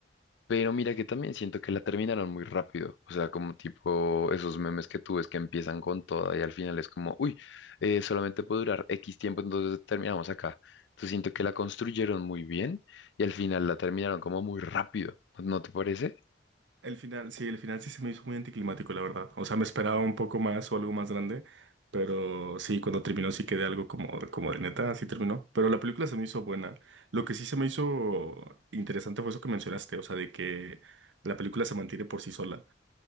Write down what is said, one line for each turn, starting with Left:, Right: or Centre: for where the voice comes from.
Left: pero mira que también siento que la terminaron muy rápido. O sea, como tipo esos memes que tú ves que empiezan con toda y al final es como, uy, eh, solamente puede durar X tiempo, entonces terminamos acá. Entonces siento que la construyeron muy bien y al final la terminaron como muy rápido. ¿No te parece?
Right: El final, sí, el final sí se me hizo muy anticlimático, la verdad. O sea, me esperaba un poco más o algo más grande, pero sí, cuando terminó sí quedé algo como, como de neta, así terminó. Pero la película se me hizo buena. Lo que sí se me hizo interesante fue eso que mencionaste, o sea, de que la película se mantiene por sí sola.